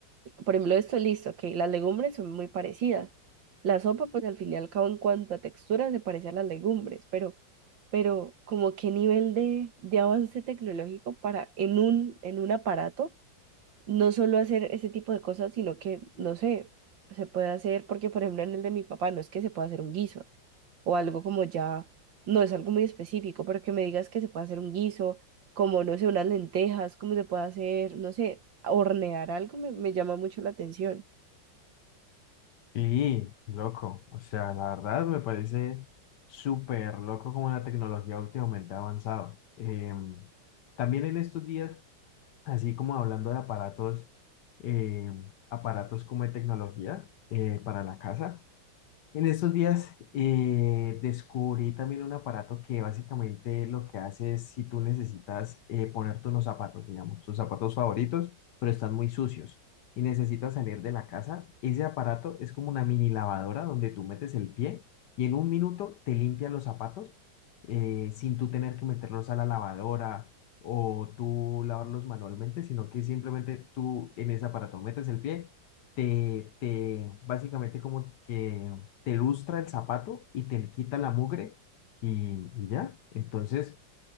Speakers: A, on the right; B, on the left.
A: por ejemplo, esto listo, que las legumbres son muy parecidas. La sopa, pues al fin y al cabo, en cuanto a textura, se parece a las legumbres, pero, pero como qué nivel de, de avance tecnológico para en un, en un aparato no solo hacer ese tipo de cosas, sino que, no sé, se puede hacer, porque por ejemplo en el de mi papá no es que se pueda hacer un guiso o algo como ya, no es algo muy específico, pero que me digas que se puede hacer un guiso, como, no sé, unas lentejas, cómo se puede hacer, no sé, hornear algo, me, me llama mucho la atención.
B: Sí, loco. O sea, la verdad me parece súper loco como la tecnología últimamente ha avanzado. Eh, también en estos días, así como hablando de aparatos, eh, aparatos como de tecnología eh, para la casa. En estos días eh, descubrí también un aparato que básicamente lo que hace es si tú necesitas eh, ponerte unos zapatos, digamos, tus zapatos favoritos, pero están muy sucios y necesitas salir de la casa, ese aparato es como una mini lavadora donde tú metes el pie y en un minuto te limpia los zapatos eh, sin tú tener que meterlos a la lavadora o tú lavarlos manualmente, sino que simplemente tú en ese aparato metes el pie te, te básicamente como que te lustra el zapato y te quita la mugre y, y ya. Entonces,